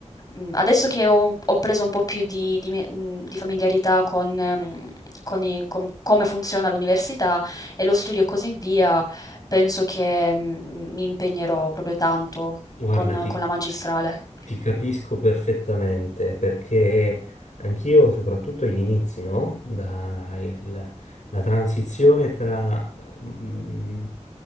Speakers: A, on the left; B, on the left.
A: mm, adesso che ho, ho preso un po' più di, di me- mm, di familiarità con, ehm, con i- con come funziona l'università e lo studio e così via, penso che mm, mi impegnerò proprio tanto.
B: guardati.
A: Con con la magistrale.
B: Ti capisco perfettamente perché anch'io, soprattutto agli inizi, no? Da- il- la transizione tra mm,